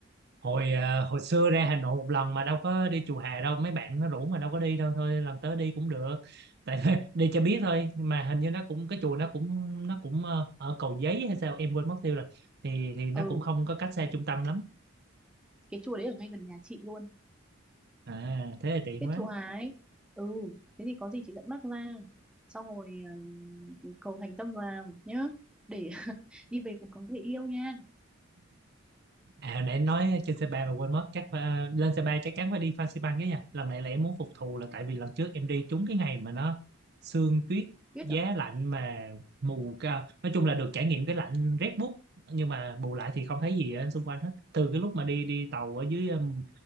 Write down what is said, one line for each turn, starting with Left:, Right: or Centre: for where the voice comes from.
Right: hồi ờ, hồi xưa ra Hà Nội một lần mà đâu có đi chùa Hà đâu mấy bạn nó rủ mà đâu có đi đâu thôi lần tới đi cũng được tại <laughs> đi cho biết thôi nhưng mà hình như nó cũng cái chùa nó cũng nó cũng ờ, ở Cầu Giấy hay sao em quên mất tiêu rồi thì thì nó
Centre: ừ
Right: cũng không có cách xa trung tâm lắm
Centre: cái chùa đấy ở ngay gần nhà chị luôn
Right: à thế là tiện
Centre: Kết
Right: quá
Centre: châu Á ấy. Ừ, thế thì có gì chị dẫn bác ra. Xong rồi ờ, cầu thành tâm vào nhá. Để <laughs> đi về còn có người yêu nha.
Right: À hồi nãy em nói trên C3 mà quên mất chắc phải, à, lên C3 chắc chắn phải đi Fansipan cái nha. Lần này là em muốn phục thù là tại vì lần trước em đi trúng cái ngày mà nó sương tuyết
Centre: Biết
Right: giá
Centre: rồi.
Right: lạnh mà mù ca. Nói chung là được trải nghiệm cái lạnh rét buốt nhưng mà bù lại thì không thấy gì ở xung quanh hết. Từ cái lúc mà đi đi tàu ở dưới um,